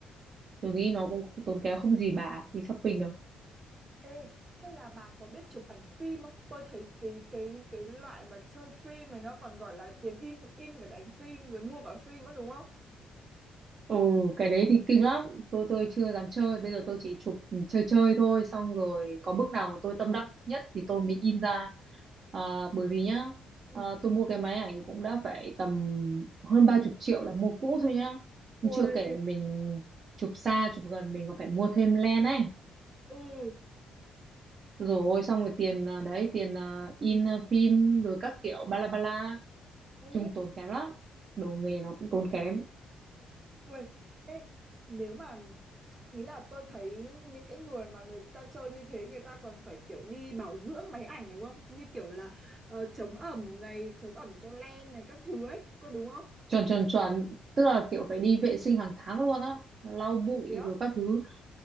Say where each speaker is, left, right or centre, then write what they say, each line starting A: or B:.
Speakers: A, on the right; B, on the right.
A: tôi nghĩ nó cũng không- tốn kém không gì bà đi shopping được
B: ê thế là bà có biết chụp ảnh phim không tôi thấy cái cái cái loại mà chơi phim này nó còn gọi là tiền in in cả cái ảnh phim rồi mua cả phim nữa đúng không
A: Ừ, cái đấy thì kinh lắm. Tôi tôi chưa dám chơi. Bây giờ tôi chỉ chụp chơi chơi thôi. Xong rồi có bước nào mà tôi tâm đắc nhất thì tôi mới in ra. À, bởi vì nhá,
B: ừ.
A: à, tôi mua cái máy ảnh cũng đã phải tầm hơn ba chục triệu là mua cũ thôi nhá.
B: Ôi,
A: Nhưng Chưa kể mình chụp xa, chụp gần mình còn phải mua thêm lens ấy.
B: ừ
A: Rồi xong rồi tiền à, đấy, tiền à, in à, phim rồi các kiểu ba la ba la.
B: ừ
A: Chung tốn kém lắm. Đồ nghề nó cũng tốn kém.
B: Uầy, ê, nếu mà ý là tôi thấy những cái người mà người ta chơi như thế người ta còn phải kiểu đi bảo dưỡng máy ảnh đúng không? Như kiểu là ờ, chống ẩm này, chống ẩm cho len này các thứ ấy, có đúng không?
A: chuẩn chuẩn chuẩn tức là kiểu phải đi vệ sinh hàng tháng luôn á lau bụi
B: Thế á?
A: rồi các thứ